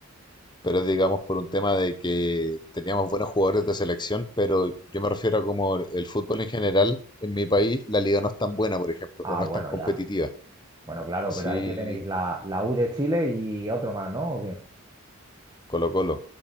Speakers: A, on the left; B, on the right.
A: pero digamos por un tema de que teníamos buenos jugadores de selección, pero yo me refiero a como el, el fútbol en general, en mi país, la liga no es tan buena, por ejemplo,
B: Ah,
A: o no
B: bueno,
A: es tan competitiva.
B: ya. Bueno, claro,
A: Sí,
B: pero ahí que tenéis la, la U de Chile y otro más, ¿no? ¿O qué?
A: Colo-Colo,